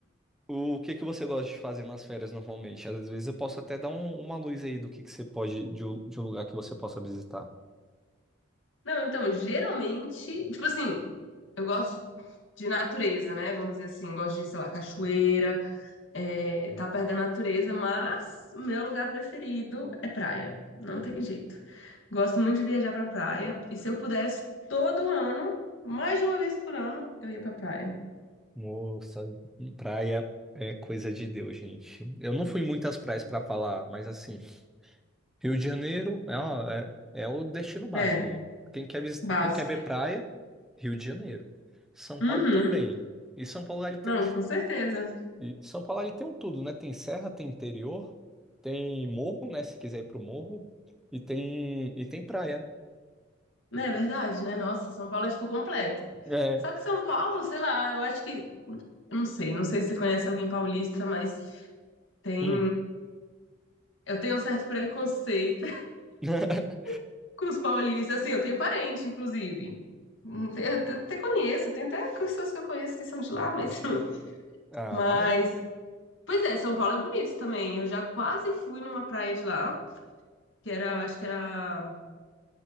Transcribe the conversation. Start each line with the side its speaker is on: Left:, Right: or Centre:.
Centre: o que que você gosta de fazer nas férias normalmente? Às vezes eu posso até dar um- uma luz aí do que que você pode, de, um de um lugar que você possa visitar.
Left: Não, então, geralmente, tipo assim, eu gosto de, de natureza, né? Vamos dizer assim, gosto de, sei lá, cachoeira, É, tá perdendo a natureza, mas o meu lugar preferido é praia. Não tem jeito. Gosto muito de viajar pra praia. E se eu pudesse, todo ano, mais de uma vez por ano, eu ia pra praia.
Centre: Moça, praia é coisa de Deus, gente. Eu não fui em muitas praias para falar, mas assim, Rio de Janeiro é, uma- é, é o destino básico.
Left: É,
Centre: Quem quer, vis-
Left: básico.
Centre: quem quer ver praia, Rio de Janeiro. São Paulo
Left: Uhum.
Centre: também. E São Paulo ele tem
Left: Não,
Centre: um, de-
Left: com certeza.
Centre: e São Paulo ele tem um tudo, né? Tem serra, tem interior, tem morro, né? Se quiser ir pro morro, e tem e tem praia.
Left: Não é verdade, né? Nossa, São Paulo é tipo completo.
Centre: É,
Left: Só que São Paulo, sei lá, eu acho que. eu Não sei, não sei se você conhece alguém paulista, mas tem.
Centre: hum.
Left: Eu tenho um certo preconceito
Centre: <laughs>
Left: <laughs> com os paulistas. Assim, eu tenho parente, inclusive. Hum, Eu até conheço, tem até pessoas que eu conheço que são de lá, mas. <laughs>
Centre: Ah,
Left: Mas.
Centre: mas
Left: Pois é, São Paulo é bonito também. Eu já quase fui numa praia de lá, que era, acho que era